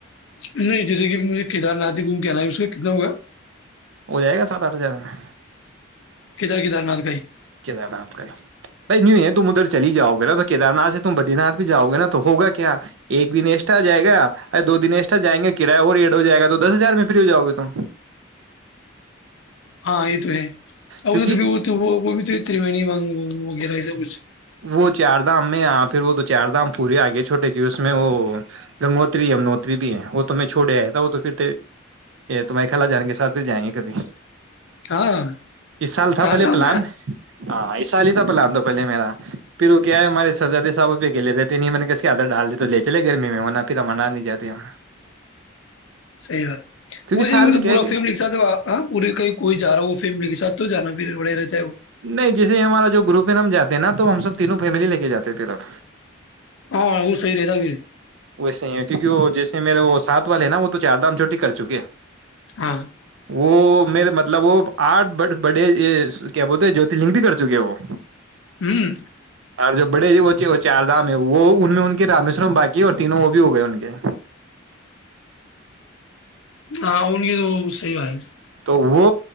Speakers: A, on the left; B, on the right.
A: نہیں جیسے کہ کیدار ناتھ گم کےنا ہے اس کا کتنا ہوگا
B: ہو جائے گا سات آٹھ ہزار میں
A: ادھر کیدار نھ کاھائی
B: کیدار ناتھ کا بھائی یوں ہے تم ادھر چلی جاؤ گے نا تو کیدار ناتھ سے تم بدری ناتھ بھی جاؤ گے نا تو ہوگا کیا ایک دن ایسٹا جائے گا دو دن ایسٹا جائیں گے کرایہ اور ایڈ ہو جائے گا تو دس ہزار میں فری ہو جاؤ گے تم
A: ہاں یہ تو ہے اھر
B: کیونکہ
A: تو بھی وہ تو وہ وہ بھی تو ترریو وگ وغیرہ ای سا کچھ
B: وہ چار دھام میںاں پھر وہ تو چار دھام پورے آگئے چھوٹے کی اس میں وہ گنگوتری یمنوتری بھی ہے وہ تو میں چھوڑے آیا تھا وہ تو پھر تمہ خلا جان کے ساتھ بھی جائیں گے کبھی
A: ہاں
B: اس سال تھا
A: چار
B: پہلے
A: دھام
B: پلان ہاں اس سال ہی تھا پلان تو پہلے میرا پھر وہ کیا ہے ہمارے سزاد صاحب ایلےتے نہیں میں نے کیس کے آدر ڈال دی تو لے چل گرمی میں ہونا پتا منا نہیں جاتی ہم
A: صیح بات ویے
B: سال
A: بھی
B: میں
A: م
B: کیا
A: پورا
B: ہے کہ
A: فیم لکھ ساتاں پورے کہیں کوئی جا ہو وہ فیم لکھ سات تو جانا پھر پڑے رہتے ہے
B: نہیں جیسے ہمارا جو گروپ ہے ن ہم جے ہیں نا تو ہم سب تینوں فیملی لے کے جاتے تھے تف
A: ہاں وہ صی رہتا بھییر
B: ویسے ہی ہے کیونکہ وہ جیسے میرے وہ سات والے ہیں نا وہ تو چار دام چوٹی کر چکے ہیں
A: ہاں
B: وہ میرے مطلب وہ آٹھ بڑے کیا بولتے جوترلنگ بھی کر چکے ہیں وہ
A: ہوں
B: اور جو بڑے وہ چار دام ہے وہ ان میں ان کے رامیشورم با یہ اور تینوں وہ بھی ہو گئے ان کے
A: ہ ان گ تو وہ سی ب ہے
B: تو وہ